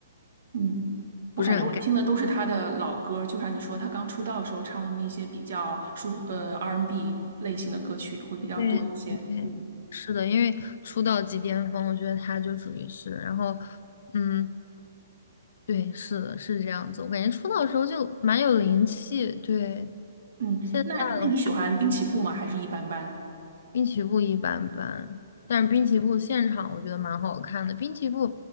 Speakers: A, on the right; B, on the left.
A: 嗯，我感觉我听的都是他的老歌，
B: 不是很 get。
A: 就像你说他刚出道的时候唱的那些比较舒呃 R&B 类型的歌曲会比较多一些。
B: 对对，
A: 嗯
B: 是的，因为出道即巅峰，我觉得他就属于是，然后，嗯，对，是的，是这样子。我感觉出道的时候就蛮有灵气，对。
A: 嗯，
B: 现在的话
A: 那那你喜欢滨崎步吗？还是一般般？
B: 滨崎步一般般，但是滨崎步现场我觉得蛮好看的。滨崎步，